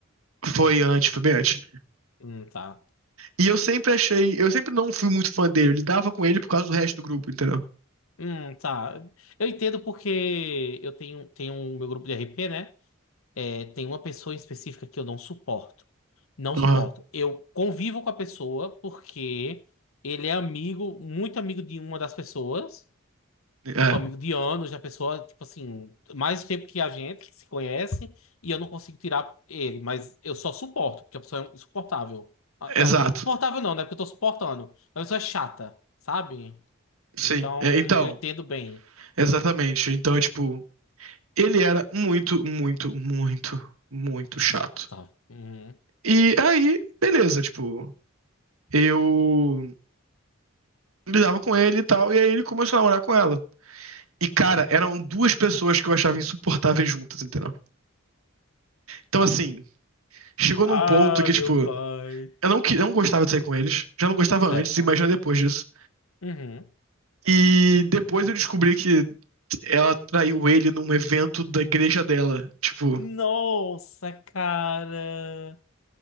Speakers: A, on the right (about 85°); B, on the left (about 80°).
A: foi antes, foi bem antes.
B: Hum, tá.
A: E eu sempre achei, eu sempre não fui muito fã dele, eu lidava com ele por causa do resto do grupo, entendeu?
B: Hum, tá. Eu entendo porque eu tenho, tenho um meu grupo de RP, né? É, tem uma pessoa em específica que eu não suporto. Não
A: Aham.
B: suporto. Eu convivo com a pessoa porque ele é amigo, muito amigo de uma das pessoas,
A: É,
B: tipo, amigo de anos, da pessoa, tipo assim, mais tempo que a gente, que se conhece, e eu não consigo tirar ele, mas eu só suporto, porque a pessoa é insuportável. Ah,
A: exato.
B: não, suportável não, né? Porque eu tô suportando. A pessoa é chata, sabe?
A: Sim.
B: Então,
A: É, então,
B: eu entendo bem.
A: exatamente. Então, é, tipo, ele era muito, muito, muito, muito
B: Insuportável.
A: chato.
B: Uhum.
A: E aí, beleza, tipo, eu lidava com ele e tal, e aí ele começou a namorar com ela. E, cara, eram duas pessoas que eu achava insuportáveis juntas, entendeu? Então, assim, Chegou
B: Ah,
A: num ponto que, tipo,
B: meu pai.
A: eu não, que- não gostava de sair com eles. Já não gostava
B: Certo.
A: antes, imagina depois disso.
B: Uhum.
A: E depois eu descobri que ela traiu ele num evento da igreja dela. Tipo,
B: Nossa, cara.